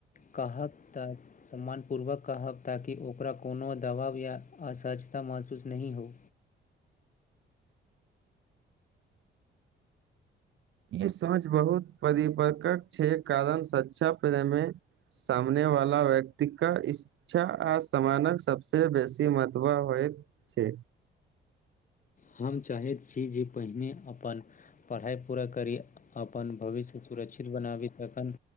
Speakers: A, on the left (about 40°); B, on the right (about 75°).
A: कहब तऽ सम्मानपूर्वक कहब ताकि ओकरा कोनो दबाव या असहजता महसूस नहि हो
B: ई समझ बहुत परिपर्कक छै कारण सच्चा प्रेमे सामने वाला व्यक्ति कऽ इ च्छा आ सामानक सबसे बेसी महत्व होइत छै
A: हम चाहैत छी जे पहिने अपन परहाइ पूरा करी अपन भविष्य कऽ सुरक्षित बनाबी तखन